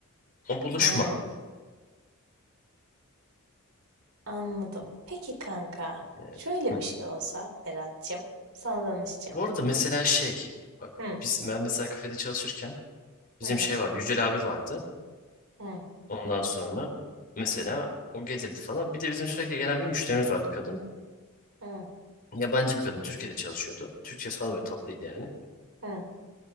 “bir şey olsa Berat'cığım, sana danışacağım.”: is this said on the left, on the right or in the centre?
Right